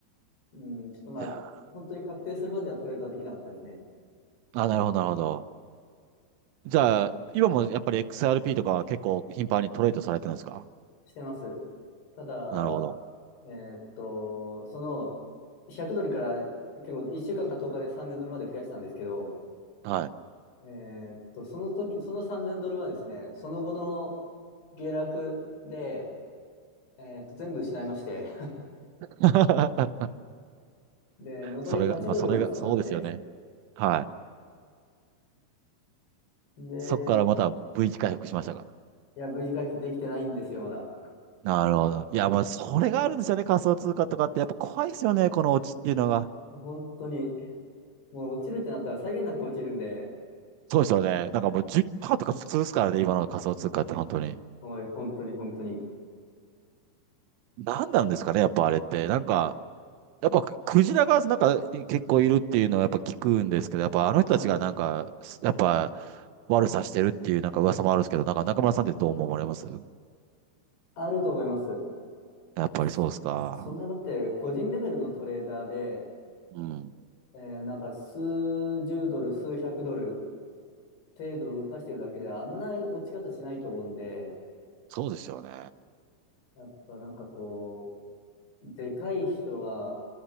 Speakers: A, on the left (about 55°); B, on the right (about 80°).
A: うん、ちょっとまあ、
B: い。いや
A: 本当に確定するまではトレードはできなかったですね。
B: ー、あ、なるほど、なるほど。じゃあ、今もやっぱり XRP とかは結構頻繁にトレードされてるんですか
A: してます。ただ、
B: なるほど。
A: えーっと、その、100ドルから結構1週間か10日で3000ドルまで増やしたんですけど、
B: はい。
A: えーっと、その時、その3000ドルはですね、その後の下落で、えーっと、全部失いまして、
B: <laughs>
A: <laughs> で、残り8ドルまで下がって、
B: それが、まあ、それが、そうですよね。はい。
A: で、
B: そこからまた V 字回復しましたか
A: いや、V 字回復できてないんですよ、まだ。
B: なるほど。いや、もうそれがあるんですよね、仮想通貨とかって。やっぱ怖いですよね、このオチっていうのが。
A: 本当に、もう落ちるってなったら際限なく落ちるんで、
B: そうですよね。なんかもう10%とか普通ですからね、今の仮想通貨って本当に。
A: おい、本当に本当に。
B: 何なんですかね、やっぱあれって。なんか、やっぱクジラがなんか結構いるっていうのはやっぱ聞くんですけど、やっぱあの人たちがなんか、
A: はい。
B: やっぱ悪さしてるっていうなんか噂もあるんですけど、なんか中村さんってどう思われます
A: あると思います。
B: やっぱりそうですか。
A: そ、そんなだって個人レベルのトレーダーで、
B: うん。
A: えーなんか数十ドル、数百ドル程度動かしてるだけじゃあんな落ち方しないと思うんで、
B: そうですよね。
A: やっぱなんかこう、でかい人は、